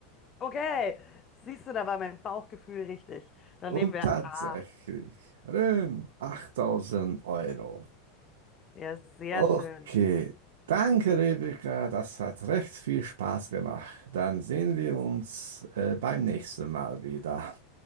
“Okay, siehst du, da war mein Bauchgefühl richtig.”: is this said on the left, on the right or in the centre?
Left